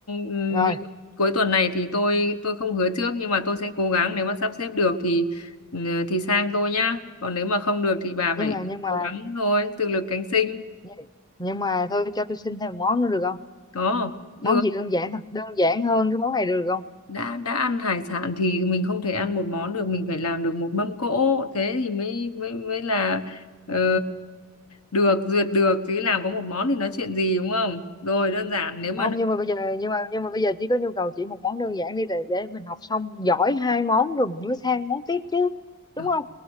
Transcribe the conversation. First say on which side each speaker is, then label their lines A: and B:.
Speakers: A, on the left; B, on the left.
A: ừ, những-
B: rồi
A: cuối tuần này thì tôi tôi không hứa trước nhưng mà tôi sẽ cố gắng nếu mà sắp xếp được thì ừ, thì sang tôi nhá còn nếu mà không được thì bà
B: nhưng
A: phải
B: mà nhưng mà
A: cố gắng thôi tự lực cánh sinh
B: nhưng nhưng mà thôi cho tôi xin thêm một món nữa được không
A: có được
B: món gì đơn giản thôi đơn giản hơn cái món này được không
A: đã đã ăn hải sản thì mình không thể ăn một món được mình phải làm được một mâm cỗ thế thì mới mới mới là ờ, được duyệt được chứ làm có một món thì nói chuyện gì đúng không rồi đơn giản nếu mà
B: không nhưng mà bây giờ nhưng mà nhưng mà bây giờ chỉ có nhu cầu chỉ một món đơn giản đi để, để mình học xong giỏi hai món rồi mình mới sang món tiếp chứ đúng
A: Không,
B: không